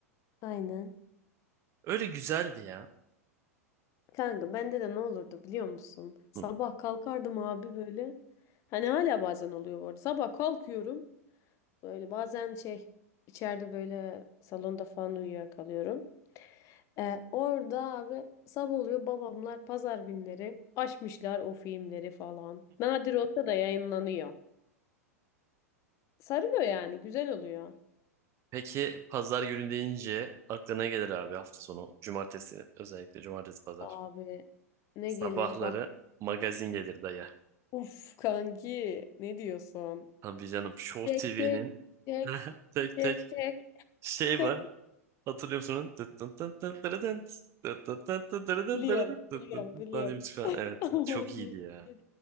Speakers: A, on the left; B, on the right.
A: Aynen.
B: Öyle güzeldi ya.
A: Kanka bende de ne olurdu biliyor musun? Sabah
B: Hı.
A: kalkardım abi böyle. Hani hala bazen oluyor bu arada. Sabah kalkıyorum. Böyle bazen şey içeride böyle salonda falan uyuyakalıyorum. Ee, orada abi sabah oluyor babamlar pazar günleri açmışlar o filmleri falan. Nadir olsa da yayınlanıyor. Sarıyor yani güzel oluyor.
B: Peki pazar günü deyince aklına ne gelir abi hafta sonu. Cumartesi özellikle cumartesi pazar.
A: Abi ne
B: Sabahları
A: gelir bak
B: magazin gelir dayı.
A: uf kanki ne diyorsun?
B: Tabii canım Show
A: Çek
B: TV'nin
A: çek çek
B: <laughs> tek
A: çek
B: tek
A: çek
B: şey
A: çek
B: var. Hatırlıyor musunuz? Tıt tın tın tın tırı tın, tıt tın tın tın tırı
A: biliyorum
B: tın tırı tın, tıt
A: biliyorum
B: tın tın
A: biliyorum.
B: falan diye müzik falan.
A: <laughs>
B: Evet
A: ama
B: çok
A: iyi.
B: iyiydi ya.
A: iyi.